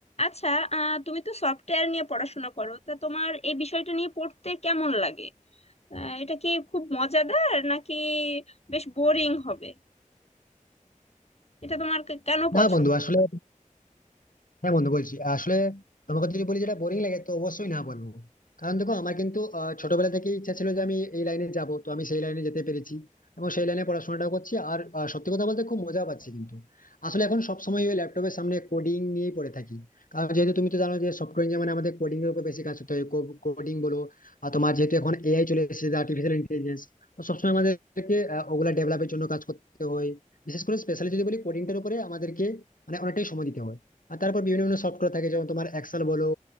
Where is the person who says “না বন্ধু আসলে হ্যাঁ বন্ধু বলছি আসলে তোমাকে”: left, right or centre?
Left